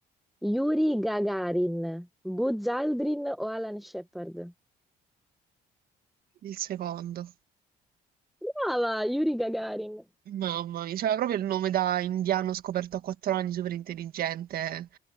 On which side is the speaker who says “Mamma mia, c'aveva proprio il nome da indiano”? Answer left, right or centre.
Right